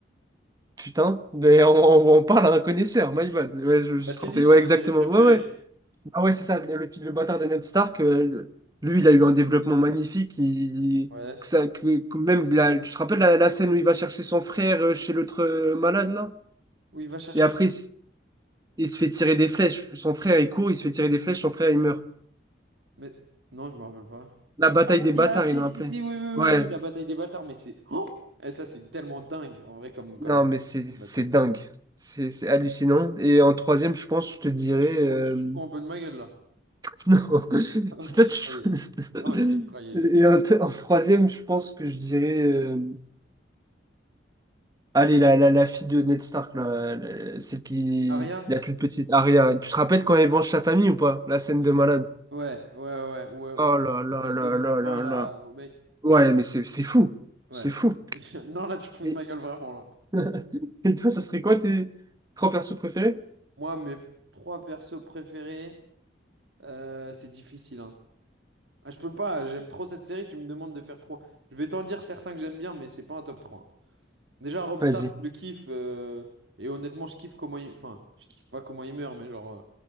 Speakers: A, on the right; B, on the right.
A: Putain, mais on, on- on parle à un connaisseur, my bad. Ouais, je, je me suis
B: Ah, je
A: trompé.
B: t'ai dit, c'est
A: Ouais,
B: ma
A: exactement.
B: série préférée.
A: ouais Ouais, Ah ouais, c'est ça, le, le le bâtard de Ned Stark, euh, le- lui, il a eu un développement magnifique. Il,
B: Ouais.
A: que ça, que, que même la- tu te rappelles la, la scène où il va chercher son frère euh, chez l'autre euh, malade, là?
B: Où il va chercher
A: Et après, il, s- il se fait tirer des flèches. Son frère, il court, il se fait tirer des flèches, son frère, il meurt.
B: Mais non, je me rappelle pas.
A: La bataille
B: Ah si,
A: des bâtards,
B: ah si,
A: ils l'ont
B: si,
A: appelé.
B: si, oui, oui, oui,
A: Ouais,
B: oui, la bataille des bâtards, mais c'est... Oh! Et ça, c'est tellement dingue, en vrai, comme, comme,
A: non, mais c'est
B: comme
A: c'est
B: bataille.
A: dingue. C'est c'est hallucinant. Et en troisième, je pense, je te dirais...
B: Ah, tu te,
A: euh,
B: tu te fous un peu de ma gueule, là.
A: <laughs> Non,
B: <laughs>
A: <laughs>
B: Ok,
A: c'est toi,
B: je
A: tu...
B: croyais. Non, que
A: <laughs>
B: je croyais.
A: Et en, t- en troisième, je pense que je dirais... Allez, la, la, la fille de Ned Stark, là, la- celle qui...
B: Aria?
A: La toute petite, Arya. Tu te rappelles quand elle venge sa famille ou pas? La scène de malade.
B: Ouais, ouais, ouais, ouais, ouais,
A: Oh là là
B: elle, elle
A: là
B: donne du
A: là
B: vin,
A: là
B: là,
A: là.
B: au mec.
A: Ouais, mais c'est c'est fou.
B: Ouais.
A: C'est fou.
B: <laughs> Non, là, tu te fous
A: Et...
B: de ma gueule, vraiment, là.
A: <laughs> Et toi, ça serait quoi tes trois persos préférés?
B: Moi, mes trois persos préférés, euh, c'est difficile, hein. Ah, je peux pas, j'aime trop cette série, tu me demandes de faire trop. Je vais t'en dire certains que j'aime bien, mais c'est pas un top trois Déjà, Robstar,
A: Vas-y.
B: je le kiffe. euh, et honnêtement, je kiffe comment il. Enfin, je kiffe pas comment il meurt, mais genre, euh,